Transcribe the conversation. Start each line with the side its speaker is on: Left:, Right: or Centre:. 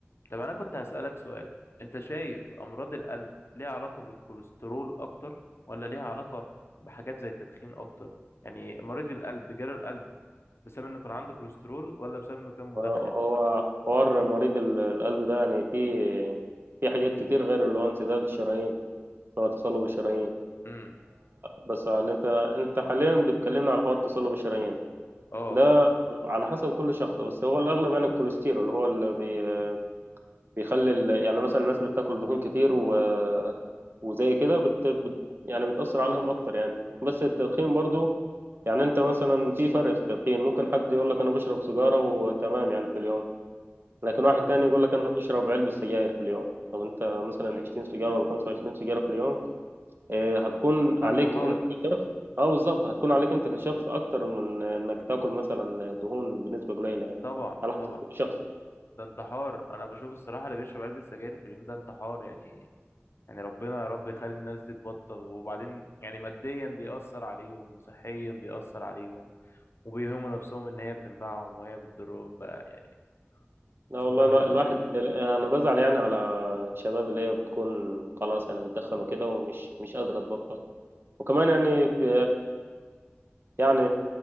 Left: طب انا كنت هسألك سؤال انت شايف امراض القلب ليها علاقة بالكوليسترول اكتر ولا ليها علاقة بحاجات زي التدخين اكتر يعني مريض القلب جاله القلب بسبب انه كان عنده كوليسترول ولا بسبب انه كان مدخن
Right: آه، هو حوار مريض ال- القلب ده يعني فيه في حاجات كتير غير اللي هو انسداد الشرايين اللي هو تصلب الشرايين
Left: امم
Right: بس اللي انت انت حاليا بتكلمنا على حوار تصلب الشرايين
Left: اه
Right: ده على حسب كل شخص بس هو الأغلب يعني الكوليسترول اللي هو اللي بي- بيخلي ال- يعني مثلا الناس اللي بتاكل دهون كتير و... وزي كده بت... بت... يعني بتأثر عليهم أكتر يعني بس التدخين برضو يعني أنت مثلا في فرق في التدخين ممكن حد يقول لك أنا بشرب سيجارة وتمام يعني في اليوم لكن واحد تاني
Left: آه.
Right: يقول لك أنا بشرب علبة سجاير في اليوم طب أنت مثلا 20 سيجارة ولا 25 سيجارة في اليوم آه، هتكون
Left: ده
Right: عليك
Left: انتحار
Right: أنت كشخص أه بالظبط هتكون عليك أنت كشخص أكتر من إنك تاكل مثلا دهون بنسبة قليلة يعني
Left: طبعا
Right: على
Left: طبعا
Right: حسب كل شخص
Left: ده انتحار انا بشوف الصراحة اللي بيشرب علبة سجاير في اليوم ده انتحار يعني يعني ربنا يا رب يخلي الناس دي تبطل وبعدين يعني ماديا بيأثر عليهم صحيا بيأثر عليهم وبيهموا نفسهم ان هي بتنفعهم وهي بتضرهم بقى يعني
Right: لا
Left: سبحان
Right: والله الوا-
Left: الله
Right: الواحد انا بزعل يعني على الشباب اللي هي بتكون خلاص يعني بتدخن وكده ومش مش قادره تبطل وكمان يعني في يعني